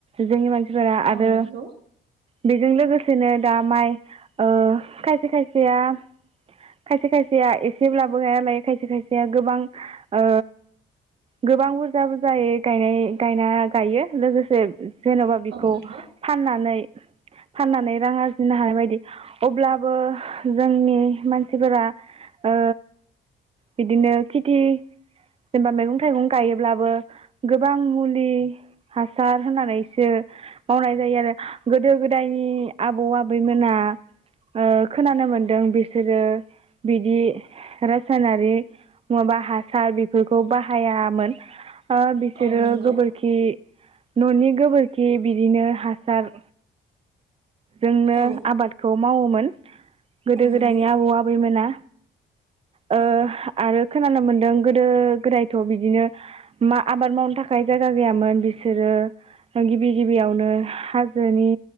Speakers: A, on the right; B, on the right.
A: जोंनि मान फोरा
B: औ
A: आरो
B: नंगौ
A: बेजों लोगोसेनो दा माइ ओ खायसे खायसे सेया खायसे खायसेया एसेब्लाबो गायना लायो खायसे खायसेया गोबां ओ गोबां बुरजा बुरजायै गायनाय गायना गायो लोगोसे जेन'बा बेखौ
B: औ नंगौ
A: फाननानै फाननानै रां आरजिनो हानाय बायदि अब्लाबो जोंनि मानसिफोरा ओ बिदिनो खेथि जेनेबा मैगं थाइगं गायोब्लाबो गोबां मुलि हासार होननानैसो मावनाय जायो आरो। गोदो गोदायनि आबौ आबै मोना ओ खोनानो मोनो दों बिसोरो बिदि रासायनारि माबा हासार बेफोरखौ बाहायामोन। ओ बिसोरो
B: औ नंगौ
A: गोबोरखि न'नि गोबोरखि बिदिनो हासार जोंनो
B: औ
A: आबादखौ मावोमोन। यो गोदो
B: औ
A: गोदायनि
B: नंगौ
A: आबौ आबैमोना ओ
B: औ
A: आरो खोनानो मोनदों गोदो गोदायथ' बिदिनो मा आबाद मावनो थाखाय जायगा गैयामोन बिसोरो गिबि गिबियावनो हाजोनि